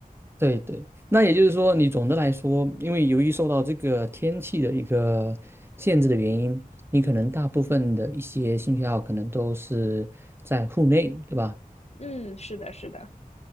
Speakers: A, on the right (about 15°); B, on the left (about 45°).
A: 对对，那也就是说，你总的来说，因为由于受到这个天气的一个限制的原因，你可能大部分的一些兴趣爱好可能都是在户内，对吧？
B: <laughs> 嗯，是的，是的。